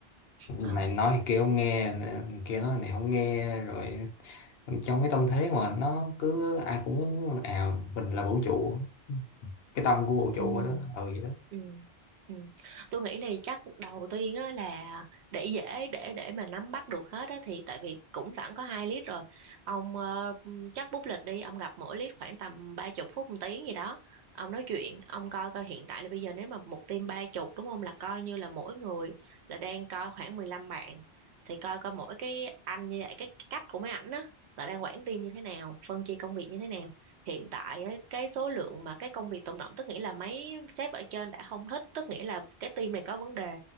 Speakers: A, on the right; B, on the left.
A: Ờ.
B: này nói thì kia không nghe kia nói này không nghe rồi trong cái tâm thế mà nó cứ ai cũng à mình là vũ trụ cái tâm của vũ
A: ừ
B: trụ đó ừ vậy đó
A: Ừ. Ừ. Tôi nghĩ là chắc đầu tiên á là để dễ để để mà nắm bắt được hết á thì tại vì cũng sẵn có hai lít rồi ông ờ, chắc bút lịch đi ông gặp mỗi lít khoảng tầm ba chục phút một tiếng gì đó ông nói chuyện ông coi coi hiện tại là bây giờ nếu mà một team ba chục đúng không là coi như là mỗi người là đang coi khoảng mười lăm bạn thì coi coi mỗi cái anh như vậy cái cái cách của mấy ảnh á là đang quản team như thế nào phân chia công việc như thế nào hiện tại ấy, cái số lượng mà cái công việc tồn đọng tức nghĩa là mấy sếp ở trên đã không thích tức nghĩa là cái team này có vấn đề